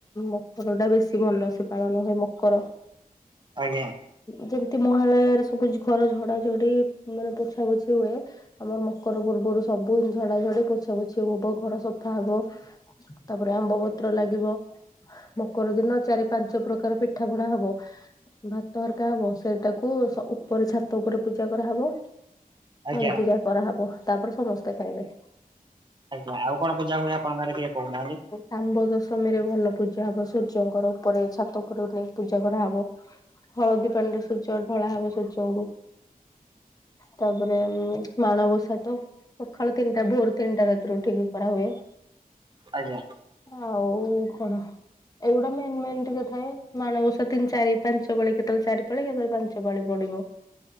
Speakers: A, on the left; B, on the right.
A: ମକର ଟା ବେଶୀ ଭଲ ସେ ପାଳନ ହୁଏ ମକର।
B: ଆଜ୍ଞା।
A: ଯେମିତି ମହାଳୟରେ ସବୁ ଘର ଝଡାଝଡି ମାନେ ପୋଛା ପୋଛି ହୁଏ। ଆମର ମକର ପୂର୍ବରୁ ସବୁ ଝଡା ଝଡି ପୋଛା ପୋଛି ହବ ଘର ସଫା ହବ ତାପରେ ଆମ୍ବ ପତ୍ର ଲାଗିବ। ମକର ଦିନ ଚାରି ପାଞ୍ଚ ପ୍ରକାର ପିଠା ପଣା ହବ। ଭାତ ହରକା ହବ ସେଇଟାକୁ ସ ଉପରେ ଛାତ ଉପରେ ପୂଜା କରାହବ।
B: ଆଜ୍ଞା
A: ତଳେ ପୂଜା କରାହବ ତାପରେ ସମସ୍ତେ ଖାଇବେ।
B: ଆଜ୍ଞ ଆଉ କଣ ପୂଜା ହୁଏ ଆପଣଙ୍କ କଡେ ଟିକେ କହୁନାହାନ୍ତି?
A: ସାମ୍ବ ଦଶମୀ ରେ ଭଲ ପୂଜା ହବ ସୂର୍ଯ୍ୟଙ୍କର ଉପରେ ଛାତ ଉପରେ ନେଇ ପୂଜା କରାହବ। ହଳଦୀ ପାଣିରେ ସୂର୍ଯ୍ୟ ଢଳା ହବ ସୂର୍ଯ୍ୟଙ୍କୁ। ତାପରେ ମାଣବସା ତ ସକାଳୁ ତିନିଟା ଭୋର ତିନିଟା ରାତିରୁ ଉଠିକି ପାଢା ହୁଏ।
B: ଆଜ୍ଞା।
A: ଆଉ କଣ ଏଇଗୁଡା ମେନ୍ ମେନ୍ ଟିକେ ଥାଏ ମାଣବସା ତିନି ଚାରି ପାଞ୍ଚ ପାଳି କେତେବେଳେ ଚାରି ପାଳି କେତେବେଳେ ପାଞ୍ଚ ପାଳି ପଡିବ।